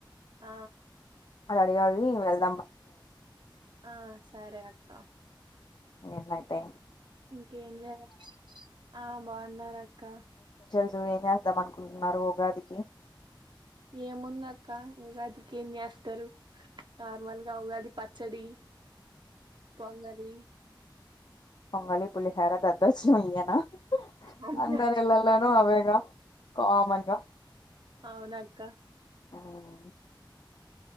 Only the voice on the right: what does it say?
ఆ
ఆ సరే అక్క
ఇంకేం లేదు అక్ ఆ బాన్నారు అక్క
ఏముందాక్క ఉగాదికి ఏమి చేేస్తారు నార్మల్గా ఉగాది పచ్చడి పొంగళి
అంతే
అక్క.
అవునాక్క